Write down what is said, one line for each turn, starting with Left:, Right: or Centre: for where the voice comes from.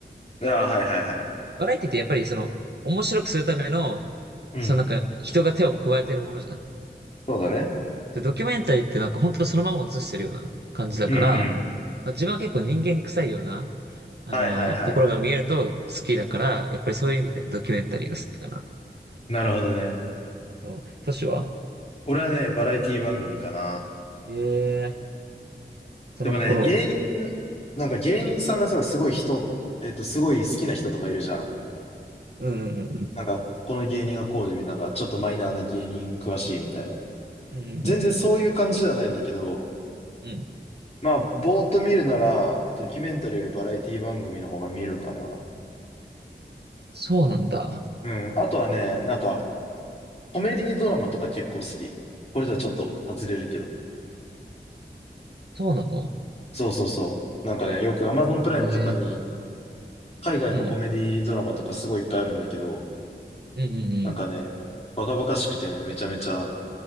Left: ああ、はいはいはい。
Right: バラエティってやっぱりその面白くするための、
Left: うん。
Right: そのなんか人が手を加えてるものじゃん。
Left: そうだね。
Right: で、ドキュメンタリーってなんか本当そのまま映してるような感じだから、
Left: うんうん。
Right: まあ、自分は結構人間臭いような、あのところが見えると好きだから、
Left: はいはいはい。
Right: やっぱりそういう意味でドキュメンタリーが好きかな。
Left: なるほどね。
Right: そう、都市は
Left: 俺はね、バラエティ番組かな。
Right: ええー、その心は。
Left: でもね、芸人、なんか芸人さんがさ、すごい人、えっと、すごい好きな人とかいるじゃん。
Right: うんうんうん。
Left: なんか、この芸人がこうで、みたいななんか、ちょっとマイナーな芸人詳しいみたいな。
Right: うんうんうん。
Left: 全然そういう感じじゃないんだけど、
Right: うん
Left: まあ、ぼーっと見るなら、ドキュメンタリーよりバラエティ番組の方が見るかな。
Right: そうなんだ。
Left: うん。あとはね、なんか、コメディドラマとか結構好き。これじゃちょっと外れるけど。
Right: そうなの
Left: そうそうそう。なんかね、よく Amazon プライムとかに、
Right: ええ
Left: 海外のコメディドラマとかすごいいっぱいあるんだけど、
Right: うん。うんうんうん。
Left: なんかね、バカバカしくてね、めちゃめちゃ、